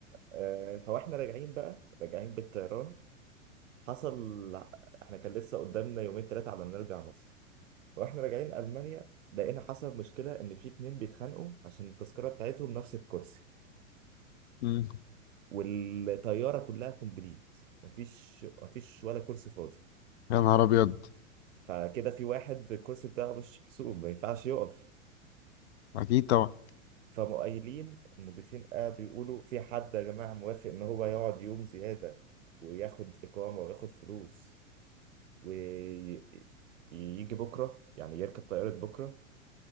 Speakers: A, on the right; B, on the left.
A: آه، فواحنا راجعين بقى راجعين بالطيران حصل احنا كان لسه قدامنا يومين ثلاثة على ما نرجع مصر واحنا راجعين ألمانيا لقينا حصل مشكلة إن في اتنين بيتخانقوا عشان التذكرة بتاعتهم نفس الكرسي
B: مم.
A: والطيارة كلها كومبليت مفيش مفيش ولا كرسي فاضي
B: يا نهار ابيض
A: فكده في واحد الكرسي بتاعه مش محسوب ما ينفعش يقف
B: اكيد طبعا
A: فمؤيلين المضيفين قعدوا يقولوا في حد يا جماعة موافق إن هو يقعد يوم زيادة وياخد إقامة وياخد فلوس ويجي بكرة يعني يركب طيارة بكرة